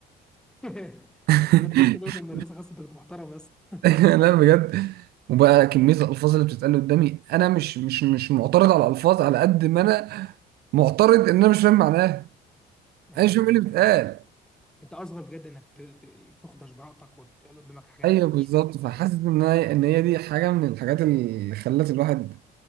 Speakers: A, in the centre; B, on the right.
A: <laughs> انت
B: <laughs>
A: كنت اصلا جاي من المدرسه خاصه انت كنت محترم يا اسطى <laughs>
B: لا بجد وبقى كمية الألفاظ اللي بتتقال قدامي أنا مش مش مش معترض على الألفاظ على قد ما أنا معترض إن أنا مش فاهم معناها
A: مم.
B: أنا مش فاهم إيه اللي بيتقال
A: انت اصغر بجد انك ت- ت- تخدش براءتك وتقول قدامك حاجات
B: أيوه
A: انت مش
B: بالظبط
A: فاهم
B: فحاسس
A: معناها
B: إن هي إن هي دي حاجة من الحاجات اللي خلت الواحد